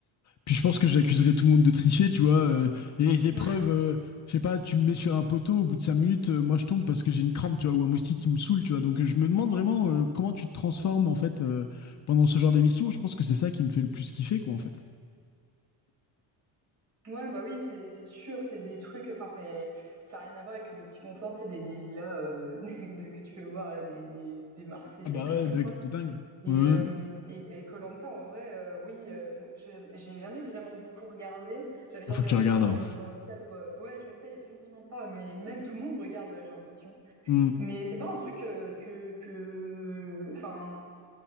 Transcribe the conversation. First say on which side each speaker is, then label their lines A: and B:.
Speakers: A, on the left; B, on the right.
A: puis je pense que j'accuserais tout le monde de tricher, tu vois. euh, et les épreuves,
B: Ouais.
A: euh, je sais pas, tu me mets sur un poteau, au bout de 5 minutes, euh, moi je tombe parce que j'ai une crampe, tu vois, ou un moustique qui me saoule, tu vois. Donc euh, je me demande vraiment euh, comment tu te transformes, en fait, euh, pendant ce genre d'émission. Je pense que c'est ça qui me fait le plus kiffer, quoi, en fait.
B: Ouais, bah oui, c'est c'est sûr, c'est des trucs, enfin c'est ça a rien à voir avec le petit confort, c'est des des villas euh, <laughs> de- que tu fais voir là des des des Marseillais
A: Ah bah
B: ou je
A: ouais,
B: sais pas quoi.
A: de, de dingue.
B: Et
A: Ouais.
B: euh, et Colanta en vrai, euh, oui, euh, moi, je- j'ai jamais vraiment beaucoup regardé. J'avais dû
A: Ah,
B: regarder
A: faut que tu regardes.
B: ça pour
A: hein.
B: le dans le cadre, ouais, je sais, il y a tout le monde qui m'en parle, mais même tout le monde regarde, j'ai l'impression.
A: Hmm.
B: Mais c'est pas un truc euh, que que enfin